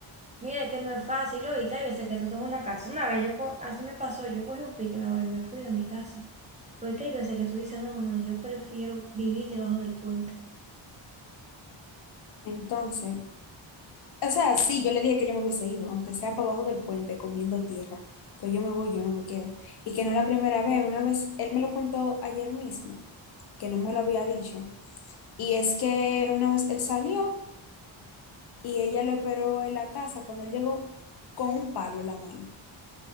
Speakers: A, on the right (about 15°); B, on the left (about 55°).
A: Mira, es que no es fácil ahorita. Y veces que tú tengo una casa. Una vez yo, co- así me pasó, yo cogí un pique, mi amor, y me fui de mi casa. Porque que hay veces que tú dices, no, no, no, yo prefiero vivir debajo del puente.
B: Entonces, o sea, sí, yo le dije que yo me hubiese ido, aunque sea para abajo del puente comiendo tierra. Pero yo me voy, yo no me quedo. Y que no es la primera vez, una vez, él me lo contó ayer mismo, que no me lo había dicho. Y es que una vez él salió. y ella lo esperó en la casa cuando él llegó con un palo en la mano.